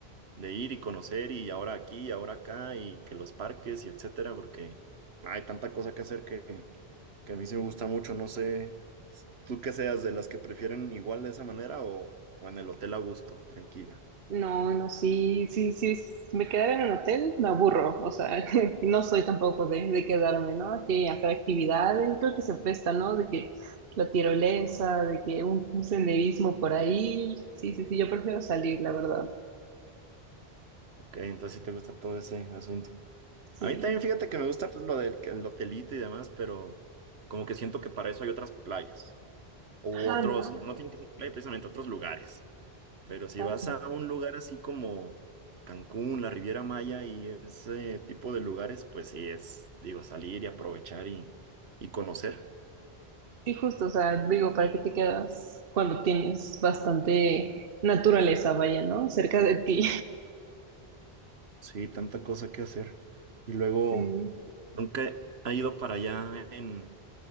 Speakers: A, on the right; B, on the right.
A: de ir y conocer y ahora aquí y ahora acá y que los parques y etcétera, porque hay tanta cosa que hacer que, que a mí sí me gusta mucho, no sé, s- tú que seas de las que prefieren igual de esa manera o, o en el hotel a gusto, tranquila.
B: No, no, sí, sí, sí, s- me quedara en un hotel, me aburro, o sea, <laughs> no soy tampoco de, de quedarme, ¿no? Que hacer actividades, creo que se presta, ¿no? De que la tirolesa, de que un, un senderismo por ahí, sí, sí, sí, yo prefiero salir, la verdad,
A: Ok, entonces sí te gusta todo ese asunto.
B: sí.
A: A mí también fíjate que me gusta pues lo del el hotelito y demás, pero como que siento que para eso hay otras playas o
B: Ajá,
A: otros,
B: ¿no?
A: no tiene que ser playa precisamente, otros lugares. Pero si
B: Ah,
A: vas a un lugar así como Cancún, la Riviera Maya y ese tipo de lugares, pues sí es, digo, salir y aprovechar y, y conocer.
B: Sí, justo, o sea, digo, ¿para qué te quedas cuando tienes bastante naturaleza, vaya, ¿no? Cerca de ti.
A: Sí, tanta cosa que hacer. Y luego,
B: <laughs> Sí.
A: nunca he ido para allá en,